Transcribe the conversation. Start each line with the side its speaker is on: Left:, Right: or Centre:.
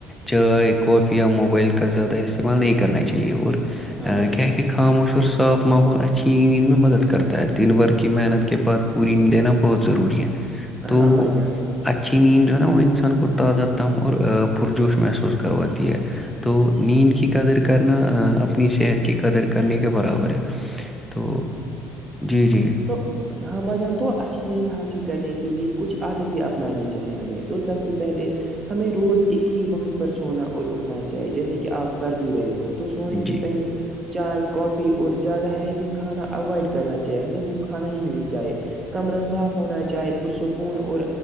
Centre: چائے کافی یا موبائل کا زیادہ استعمال نہیں کرنا چاہیے اور
Right: ہاں بھائی جان
Centre: کیا کہ خاموش اور صاف ماحول اس اچھی نیند میں مدد کرتا ہے دن بر کی محنت کے بعد پوری نیند بہت ضروری ہے
Right: ہاں
Centre: تو
Right: بھائی جان
Centre: اچھی نیند جو ہے نا وہ انسان کو تازہ دم اور پرجوش محسوس کرواتی ہے تو نیند کی قدر کرنا اپنی صحت کی قدر کرنے کے برابر ہے تو جی جی
Right: تو ہاں بھائی جان تو اچھی نیند حاصل کرنے کے لیے کچھ عادتیں اپنانی چاہیں ہمیں تو سب سے پہلے ہمیں روز ایک ہی وقت پر سونا اور اٹھنا چاہیے جیسا کہ آپ کر بھی رہے ہو سونے
Centre: جی
Right: سے پہلے چائے کافی اور زیادہ ہیی کہ کھانا اوائڈ کرنا چاہیے ہمیں وہ کھانا ہی نہیں چاہیے کمرہ صاف ہونا چاہے پرسکون اور